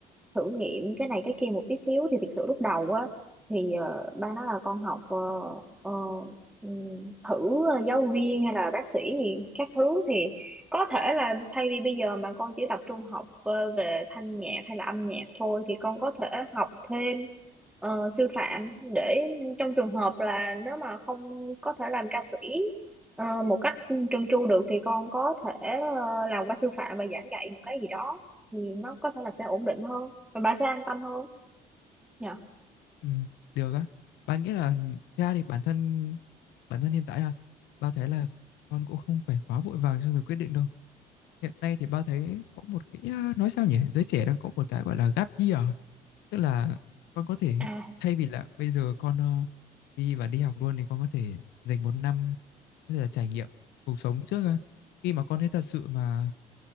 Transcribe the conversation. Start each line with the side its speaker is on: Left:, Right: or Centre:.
Centre: thử nghiệm cái này cái kia một tí xíu. Thì thực sự lúc đầu á thì ờ, ba nói là con học ờ, ờ, ừm, thử ờ, giáo viên hay là bác sĩ gì các thứ thì có thể là thay vì bây giờ mà con chỉ tập trung học ờ, về thanh nhạc hay là âm nhạc thôi thì con có thể học thêm ờ, sư phạm để trong trường hợp là nếu mà không có thể làm ca sĩ Ờ, một cách trơn tru được thì con có thể ờ, làm qua sư phạm và giảng dạy một cái gì đó thì nó có thể là sẽ ổn định hơn và bà sẽ an tâm hơn nhờ
Left: Ừ, được á. Bạn nghĩ là thế ra thì bản thân bản thân hiện tại à, ba thấy là con cũng không phải quá vội vàng trong việc quyết định đâu. Hiện nay thì ba thấy có một cái à, nói sao nhỉ, giới trẻ đang có một cái gọi là gap year, tức là con có thể
Centre: à
Left: thay vì là bây giờ con ờ, đi và đi học luôn thì con có thể dành một năm có thể là trải nghiệm cuộc sống trước á. khi mà con thấy thật sự mà